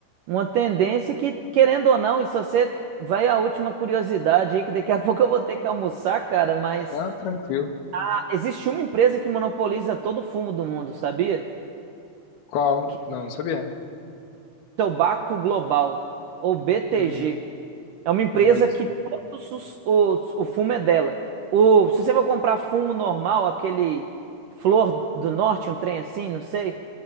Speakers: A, on the right; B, on the left.
A: uma tendência que, querendo ou não, e se você vai à última curiosidade aí, que daqui a <laughs> pouco eu vou ter que almoçar, cara, mas
B: Não, tranquilo.
A: ah, existe uma empresa que monopoliza todo o fumo do mundo, sabia?
B: Qual?
A: Que é
B: Não,
A: o
B: não sabia.
A: Tobacco Global, ou BTG.
B: Hum,
A: É uma empresa
B: olha.
A: que todos os, os- o fumo é dela. O, se você for comprar fumo normal, aquele Flor do Norte, um trem assim, não sei,